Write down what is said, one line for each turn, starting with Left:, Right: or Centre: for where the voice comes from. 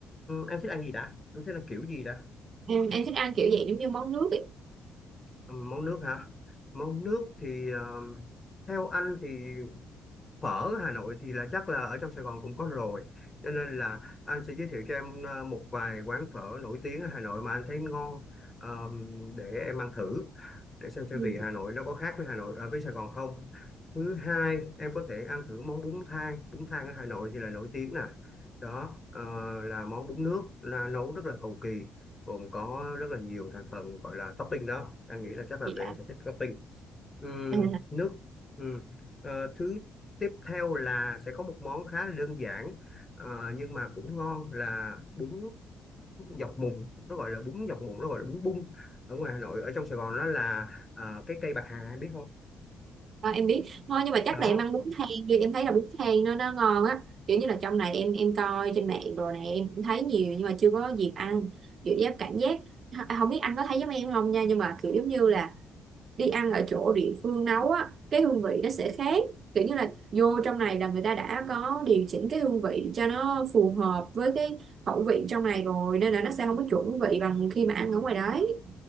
Left: em thích ăn gì đã? Em thích ăn kiểu gì đã?
Right: em em thích ăn kiểu vậy giống như món nước ấy
Left: Ừ, món nước hả? Món nước thì ờ, theo anh thì phở Hà Nội thì là chắc là ở trong Sài Gòn cũng có rồi cho nên là anh sẽ giới thiệu cho em ờ, một vài quán phở nổi tiếng ở Hà Nội mà anh thấy ngon ờm, để em ăn thử để xem xem
Right: Ừ.
Left: vị Hà Nội nó có khác với Hà Nội ở với Sài Gòn không thứ hai em có thể ăn thử món bún thang bún thang ở Hà Nội thì là nổi tiếng nè đó ờ, là món bún nước là nấu rất là cầu kỳ gồm có rất là nhiều thành phần gọi là topping đó anh nghĩ là chắc là
Right: dạ
Left: tụi em sẽ thích topping Ừm,
Right: À,
Left: nước ừm. Ờ, thứ tiếp theo là sẽ có một món khá là đơn giản ờ, nhưng mà cũng ngon là bún dọc mùng nó gọi là bún dọc mùng nó gọi là bún bung ở ngoài Hà Nội ở trong Sài Gòn nó là ờ, cái cây bạc hà biết không
Right: à, em biết ngon nhưng mà chắc
Left: đó
Right: là em ăn bún thang đi em thấy là bún thang nó nó ngon á kiểu như là trong này em em coi trên mạng đồ này em cũng thấy nhiều nhưng mà chưa có dịp ăn kiểu giác cảm giác à, không biết anh có thấy giống em không nha nhưng mà kiểu giống như là đi ăn ở chỗ địa phương nấu á cái hương vị nó sẽ khác kiểu như là vô trong này là người ta đã có điều chỉnh cái hương vị cho nó phù hợp với cái khẩu vị trong này rồi nên là nó sẽ không có chuẩn vị bằng khi mà ăn ở ngoài đấy